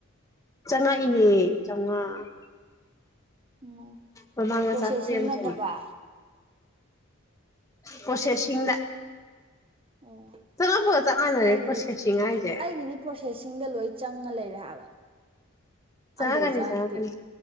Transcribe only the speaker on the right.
ꯑꯣ
ꯄ꯭ꯔꯣꯁꯦꯁꯤꯡ
ꯅꯠꯇꯕ
ꯑꯣ
ꯑꯩꯒꯤꯗꯤ
ꯑꯩꯒꯤꯗꯤ ꯄ꯭ꯔꯣꯁꯦꯁꯤꯡꯗ ꯂꯣꯏ ꯆꯪꯉ ꯂꯩꯔꯦ ꯍꯥꯏꯕ
ꯑꯝꯇꯗꯤ ꯆꯪꯉꯛꯇꯦ